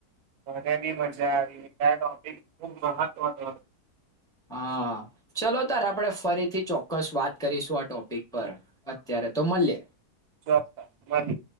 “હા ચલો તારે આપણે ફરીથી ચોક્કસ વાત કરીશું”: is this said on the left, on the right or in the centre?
Centre